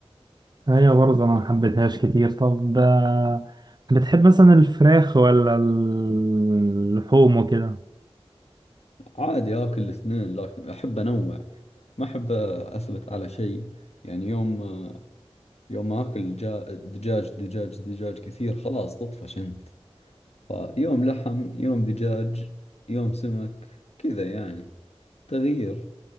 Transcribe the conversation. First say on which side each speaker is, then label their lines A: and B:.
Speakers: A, on the right; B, on the left.
A: هي برضه انا محبتهاش كتير طب آه، بتحب مثلا الفراخ ولا اللحوم وكده
B: عادي آكل الاثنين لكن أحب أنوع ما أحب أثبت على شيء يعني يوم يوم آكل جا... دجاج دجاج دجاج كثير خلاص تطفش أنت فيوم لحم يوم دجاج يوم سمك كذا يعني تغيير